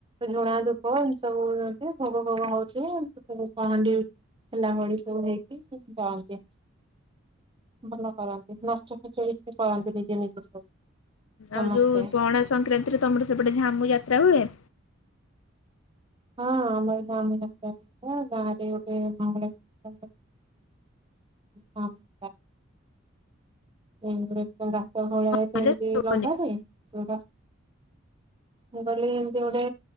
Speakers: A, on the right (about 25°); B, on the left (about 80°).
A: ଝୁଣା ଧୂପ ଏମିତି ସବୁ ଦିଅନ୍ତି, ଭୋଗ ଫୋଗ ହଉଛି, ସବୁ ପହଣ୍ଡି ଉ ହେଲା ଭଳି ସବୁ ହେଇକି ଯାଆନ୍ତି। ଭଲ କରନ୍ତି ନାଚ ଗୀତ ବି ସେ କରନ୍ତି ନିଜେ ନିଜେ ସବୁ। ସମସ୍ତେ
B: ଆଉ ଯୋଉ ପଣା ସଂକ୍ରାନ୍ତିରେ ତୋମର ସେପଟେ ଝାମୁ ଯାତ୍ରା ହୁଏ?
A: ହଁ ଆମର ଝାମ ଯାତ୍ରା ହୁଏ। ଗାଁରେ ଗୋଟେ <inaudible> ହଁ। ଏକରେ ତ ରାତ ଭଳିଆ ସେମତି
B: ହୁଁ
A: ଲଗାଯାଏ
B: ହୁଁ
A: ପୁରା। ମୁଁ କହିଲି ଏମତି ଗୋଟେ